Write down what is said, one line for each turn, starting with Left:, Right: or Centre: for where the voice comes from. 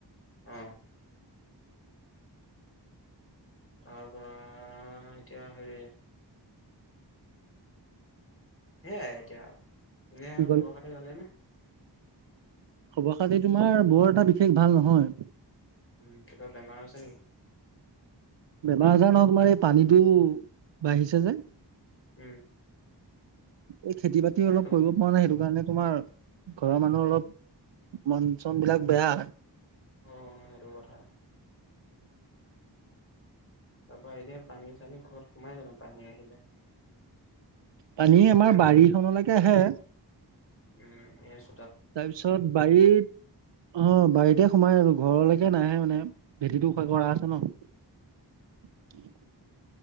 Left: অ। তাৰপৰা, এতিয়া হেৰি। সেয়াই এতিয়া আৰু কুনে
Right: কি কল
Left: খবৰ খাতি ভালে ন
Right: খবৰ খাতি তোমাৰ বৰ এটা বিশেষ ভাল নহয়
Left: উম কিবা বেমাৰ আছে নেকি
Right: বেমাৰ আজাৰ নহয় তোমাৰ এই পানীটো বাঢ়িছে যে
Left: উম
Right: এই খেতি বাতি
Left: এ
Right: অলপ
Left: তুম
Right: কৰিব পৰা নাই সেইটো কাৰণে তোমাৰ ঘৰৰ মানুহৰ অলপ মন চন বিলাক বেয়া
Left: উ আৰুবা তাৰপা এনে পানী চানী ঘৰত সোমাই জানো পানী আহিলে
Right: পানী আমাৰ বাৰীখনলৈকে আহে
Left: উম এইছ
Right: তাৰপিছত বাৰীত অ বাৰীতে সোমাই আৰু ঘৰলৈকে নাহে মানে ভেটিটোো খয় কৰা
Left: উম
Right: আছে
Left: উম
Right: ন